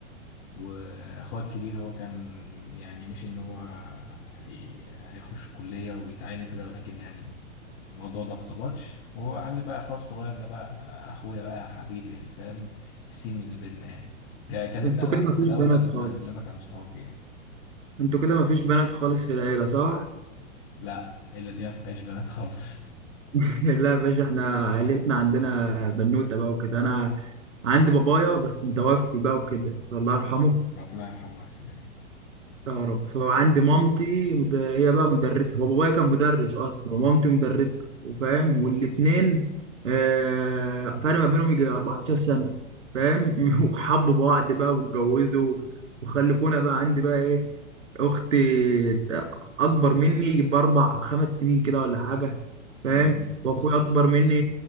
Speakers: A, on the left (about 50°); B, on the right (about 70°).
A: واخويا الكبير هو كان يعني مش ان هو هي... هيخش الكلية ويتعين وكده ولكن يعني الموضوع ده مظبطش وهو عندي بقى اخويا الصغير ده بقى اخويا بقى حبيبي يعني فاهم السيم اللي بينا يعني ك- كلمني
B: انتوا
A: عن
B: كده
A: عيلتك
B: مفيش
A: الاول
B: بنات
A: قبل
B: خالص
A: ما اكلمك عن صحابي يعني
B: انتوا كده مفيش بنات خالص في العيله صح
A: لا العيلة دي ما فيهاش بنات خالص
B: <laughs> لا يا باشا احنا عيلتنا عندنا بنوته بقى وكده انا عندي بابايا بس متوفي بقى وكده فالله يرحمه
A: <laughs> ربنا يرحمه ويحسن اليه
B: يا رب فعندي مامتي مد- هي بقى مدرسة هو بابايا كان مدرس أصلا ومامتي مدرسة وفاهم والاتنين آه، فرق ما بينهم يجي 14 سنة فاهم <laughs> وحبوا بعض بقى واتجوزوا وخلفونا بقى عندي بقى إيه أختي أكبر مني يجي بأربع خمس سنين كده ولا حاجة فاهم
A: مم.
B: وأخويا أكبر مني